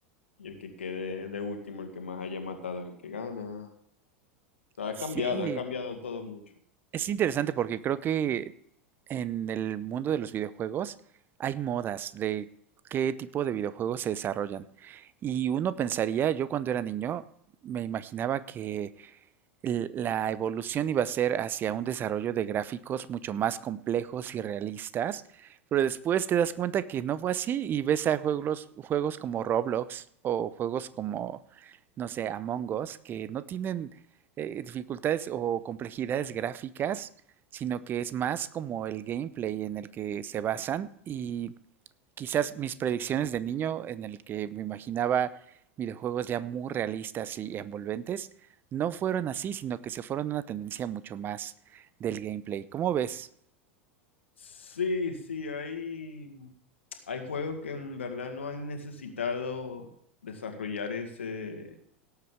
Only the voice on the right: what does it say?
sí,
Es interesante porque creo que en el mundo de los videojuegos hay modas de qué tipo de videojuegos se desarrollan. Y uno pensaría, yo cuando era niño, me imaginaba que l- La evolución iba a ser hacia un desarrollo de gráficos mucho más complejos y realistas, pero después te das cuenta que no fue así y ves a juegos, juegos como Roblox o juegos como, no sé, Among Us, que no tienen eh, dificultades o complejidades gráficas, sino que es más como el gameplay en el que se basan y quizás mis predicciones de niño, en el que me imaginaba videojuegos ya muy realistas y envolventes, no fueron así, sino que se fueron a una tendencia mucho más del gameplay. ¿Cómo ves?